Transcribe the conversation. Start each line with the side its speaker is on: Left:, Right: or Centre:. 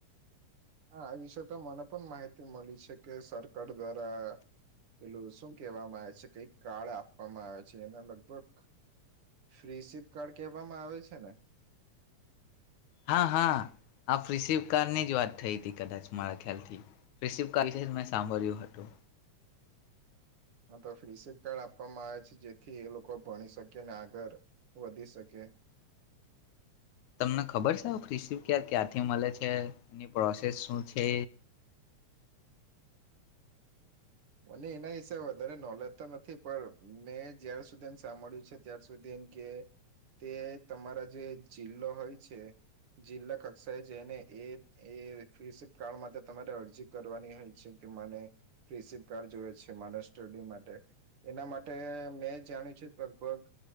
Right: હા એ વિશે તો મને પણ માહિતી મળી છે કે સરકાર દ્વારા પેલું શું કહેવામાં આવે છે કઈ કાર્ડ આપવામાં આવે છે એના લગભગ ફ્રી સિપ કાર્ડ કહેવામાં આવે છે ને
Left: હા હા આપ રિસીવ કારની જ વાત. થઈ હતીથી કદાચ મારા ખ્યાલથી રિષિિવ <unintelligible> <unintelligible> હતું.
Right: હ તો ફ્રી સિપકાર્ડ આપવામાં આવે છે જેથી એ લોકો ભણી શકે અનેને આગળ વધી શકે.
Left: તમને ખબર છે રિસીિવ ક ક્યાંથી મળે છે એની પ્રોસેસ શું છે.
Right: મને એના હિસાે વધારે નોલેજ તો નથી પણ મેં જ્યાર સુધી એમ સાંભળ્યું છે ત્યાર સુધી એમ કે તે તમારા જે જિલ્લો હોય છે જિલ્લા કક્ષાએ જેને એ એ ફી કારડ માટે તમારે અરજી કરવાની હોય છે કે મને ફ સરકાર જોવે છે મારા સ્ટડી માટે. એના માટે મેં જાણ્યું છે લગભગ